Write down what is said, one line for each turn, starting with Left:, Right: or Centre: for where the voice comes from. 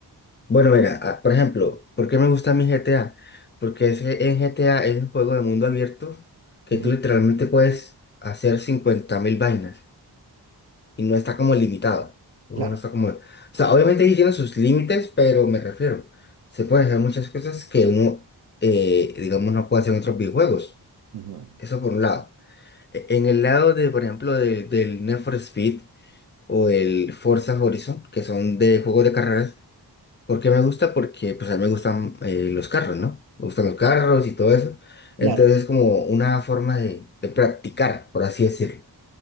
Left: Bueno, mira, ah, por ejemplo, ¿por qué me gusta mi GTA? Porque es que en GTA es un juego de mundo abierto que
Right: Ujú,
Left: tú literalmente puedes hacer 50.000 vainas y no está como limitado. El
Right: Claro.
Left: juego no está como... O sea, obviamente sí tiene sus límites, pero me refiero, se pueden hacer muchas cosas que uno, eh, digamos, no puede hacer en otros videojuegos.
Right: ujú,
Left: Eso por un lado. E- En el lado de, por ejemplo, del del Need for Speed o el Forza Horizon, que son de juegos de carreras, ¿Por qué me gusta? Porque pues a mí me gustan eh, los carros, ¿no? Me gustan los carros y todo eso. Entonces
Right: Claro.
Left: es como una forma de, de practicar, por así decirlo.